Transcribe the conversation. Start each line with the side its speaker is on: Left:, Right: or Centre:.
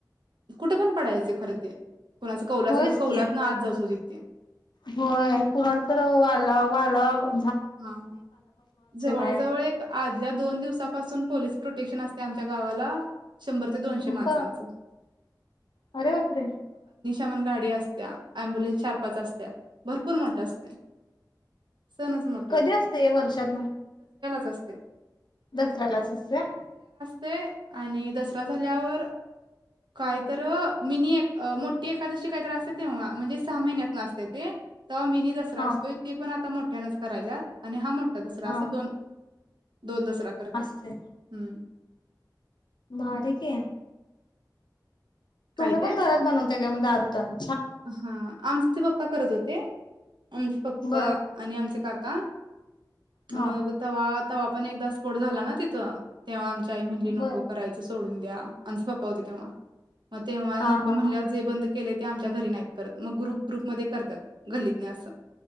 Right: कुठे पण पडायचे खर ते कोणाचं कौलाचं
Left: होयच
Right: कौलात
Left: की,
Right: ना आज जात होती ते
Left: होय कुणाला तर आला वळव <unintelligible>
Right: ह ह जवळ
Left: बाहेर
Right: जवळ एक आदल्या दोन दिवसापासून पोलीस प्रोटेक्शन असते. आमच्या गावाला शंभर ते दोनशे
Left: ब
Right: माणसांच
Left: अरे बापरे!
Right: म्हणून गाडी असतीया ॲम्बुलन्स चार पाच असत्यात भरपूर मोठे असतंय, सणच मोठा
Left: कधी असतंय हे वर्षातनं
Right: असतीया
Left: दसरा्यालाच असतिया
Right: ते आणि दसरा झाल्यावर काय तर, मिनी एक मोठी एकादशी काहीतर असते तेव्हा म्हणजे सहा महिन्यात असतीया ते तर मीनी दसरा
Left: हा
Right: असतोय, ती पण आता मोठ मोठयानंच करायलात आणि हा मोठा दसरा
Left: हा
Right: असं दोन, दोन दसरा करत्यात,
Left: असते
Right: हम्म
Left: भारी कि तुम्ही
Right: काय
Left: पण
Right: ते
Left: घरात बनवत्याय मग दारूतेणं
Right: हा आमच चे पप्पा करत होते. आमचे पप्पा
Left: बर
Right: आणि आमचे काका काय
Left: हा
Right: मग तवा तव्हा पण एकदा स्फोट झाला ना तिथं तेव्हा आमची त ताई म्हणाली नको,
Left: बर
Right: करायचं सोडून द्या आमचे पाप्पा होते तेव्हा मग तेव्हा
Left: हा
Right: नको
Left: हा
Right: म्हणल्यावर
Left: हा
Right: जे बदं के केलंय ते आमच्यात तर घरी नाहीत करतं मगं ग्रुप ग्रुप मध्ये करतात गल्लीत हे असं